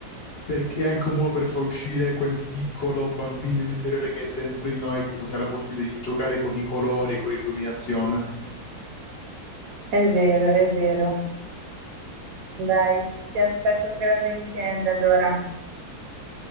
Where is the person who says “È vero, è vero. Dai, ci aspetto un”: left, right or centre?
Right